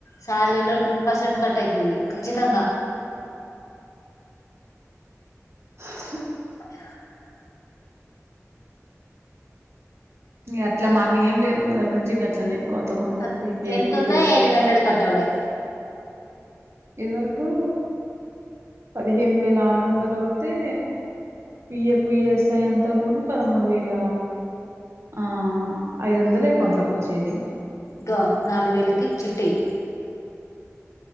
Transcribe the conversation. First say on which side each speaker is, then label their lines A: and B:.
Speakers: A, on the left; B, on the right.
A: సాల్రీలో టెన్ పర్సెంట్ కట్ అయితది. ఖచ్చితంగా
B: హ్
A: <inaudible>
B: ఇగ అట్లమాకేం లేద్. మొదట్నుంచి గట్లనే. కొంత కొంత
A: అంత్
B: పిపిఎఫ్
A: ఎంతున్న
B: పేరు
A: ఎయిటన్ హండ్రెడ్ కట్టవుడే
B: ఇదివరకు పదిహేను వేల ఆరొందల ఒత్తే, P F E S I అంతా బోను పదమూడు వేల ఆ ఐదొందలు అకౌంట్లకు వచ్చేది.
A: గా నాలు వేలకి చిట్టేయ్